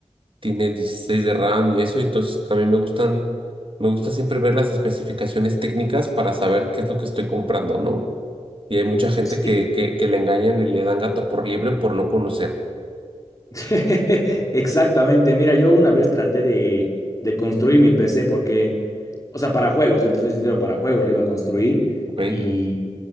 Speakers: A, on the right (about 50°); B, on the left (about 30°).
A: tiene 16 de RAM y eso, entonces a mí me gustan, me gusta siempre ver las especificaciones técnicas para saber qué es lo que estoy comprando, ¿no? Y hay mucha gente
B: Sí.
A: que, que, que le engañan y le dan gato por libre por no conocer,
B: <laughs> Exactamente. Mira, yo una vez traté de, de construir mi PC porque, o sea, para juegos, yo te soy sincero, para juegos lo iba a construir
A: ¿ok?
B: y,